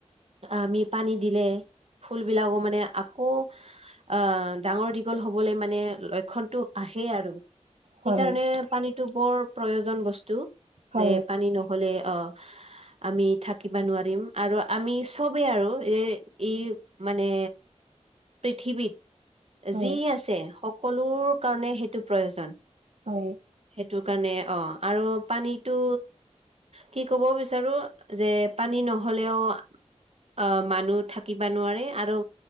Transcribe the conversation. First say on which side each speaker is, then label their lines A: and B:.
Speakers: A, on the right; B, on the right.
A: আমি পানী দিলে। ফুলবলাকো মানে আকৌ অ ডাঙৰ দীঘল হ'বলে মানে। মানে লক্ষণতটো আহে আৰু সেইকাৰণে
B: হয়
A: পানীতটো বৰ প্ৰয়োজন বস্তু।
B: হয়
A: যে পানী নহলে অ। আমি থাকিব নোৱাৰিম আৰু আমি চবেই আৰু এ ই মানে। পৃথিৱীত
B: হয়
A: যি আছে সকলো কাৰণে সেইটো প্ৰয়োজন।
B: হয়।
A: সেইটো কাৰণে অ আৰু পানীতটো। কি কব বিচাৰো যে পানী নহলেও। অ মানুহ থাকিবা নোৱাৰে আৰু।